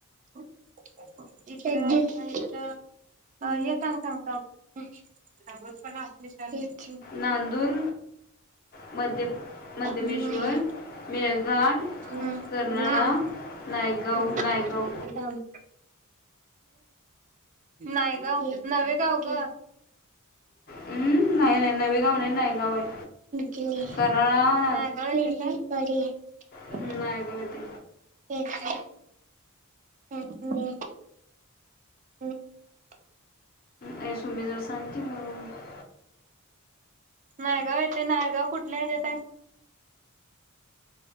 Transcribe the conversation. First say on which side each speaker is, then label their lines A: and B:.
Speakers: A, on the right (about 35°); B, on the left (about 45°).
A: <unintelligible>
B: नांदूर मध्य मध्यमेश्वर
A: नाही
B: मेळघाट
A: ना
B: कर्नाळा
A: ना
B: नायगाव
A: <unintelligible>
B: नायगाव
A: नायगावं नवे गाव ग
B: नाही नाही नवेगाव नाही नायगाव आहे.
A: केली
B: कर्नाळा
A: नायगाव लिहिलय <unintelligible>
B: हम्म नायगाव हाय ते
A: <inaudible> <unintelligible> <inaudible>
B: ये सुमे जरा सांग की <inaudible>
A: नायगाव येथे नायगाव कुठल्या ह्याज्याताय.